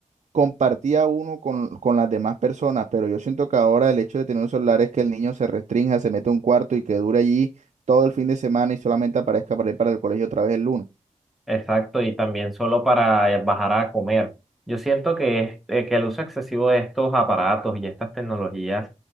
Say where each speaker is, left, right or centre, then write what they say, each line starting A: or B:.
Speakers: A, on the right (about 60°); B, in the centre.
A: compartía uno con, con las demás personas, pero yo siento que ahora el hecho de tener un celular es que el niño se restrinja, se mete a un cuarto y que dure allí todo el fin de semana y solamente aparezca para ir para el colegio otra vez el lunes.
B: Exacto, y también solo para eh, bajar a comer. Yo siento que, es- eh, que el uso excesivo de estos aparatos y estas tecnologías